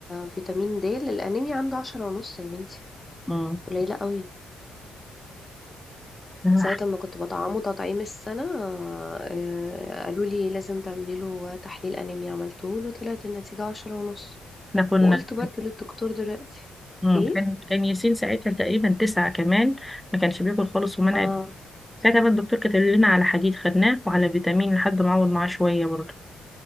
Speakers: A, on the left; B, in the centre.
A: فيتامين د الانيميا عنده عشرة ونص يا بنتي
B: مم.
A: قليله قوي
B: احنا
A: ساعة ما كنت بطعمه تطعيم السنة آه، قالوا لي لازم تعملي له تحليل أنيميا عملته له طلعت النتيجة عشرة ونص
B: كنا
A: وقلت برضو للدكتور دلوقتي
B: مم.
A: ايه
B: كان كان ياسين ساعتها تقريبا تسعة كمان ما كانش بياكل خالص ومنع
A: اه
B: ساعتها بقى الدكتور كتب لنا على حديد خدناه وعلى فيتامين لحد ما عوض معاه شوية برضه